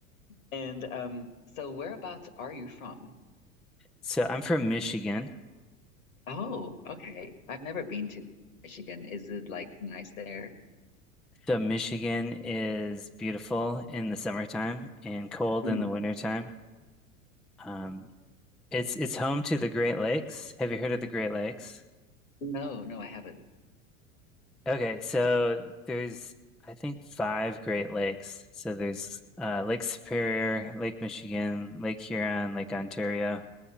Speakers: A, on the left; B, in the centre.
A: And um, so whereabouts are you from?
B: So I'm from Michigan.
A: Oh, okay. I've never been to Michigan. Is it like nice there?
B: So Michigan is beautiful in the summertime and cold
A: Mm.
B: in the wintertime. Um. It's it's home to the Great Lakes. Have you heard of the Great Lakes?
A: No, no, I haven't.
B: Okay, so there's I think five Great Lakes. So there's uh, Lake Superior, Lake Michigan, Lake Huron, Lake Ontario,